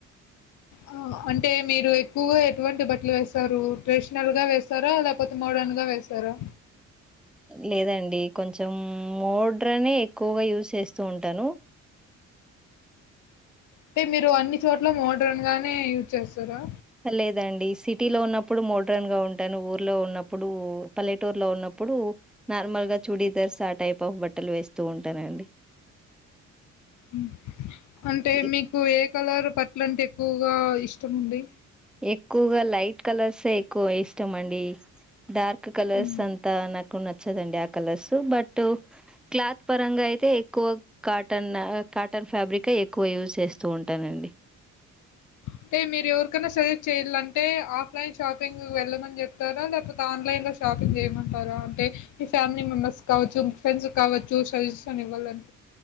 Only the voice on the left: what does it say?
ఆ అంటే మీరు ఎక్కువగా ఎటువంటి బట్టలు వేస్తారు ట్రడిషనల్ గా వేస్తారు లే ప్ కొత్త మోడన్గా వేస్తారా
అంటే మీరు అన్ని చోట్ల మోడ్రన్ గానే యూజ్ చేస్తారా
మ్ అంటే
మీకు ఏ ఏ కలర్ బట్ల అంటే ఎక్కువగా ఇష్టం ఉంది
మ్మ్.
అంటే మీరు ఎవరికైనా సజెస్ట్ చేయాలంటే ఆఫ్లైన్ షాపింగ్ వెళ్ళమని చెప్తారా లేకపోతే ఆన్లైన్ లో షాపింగ్ చేయమంటారా అంటే మీ ఫ్యామిలీ మెంబర్స్ కావచ్చు మీ ఫ్రెండ్స్ కావచ్చు సజెస్షన్ ఇవ్వాలని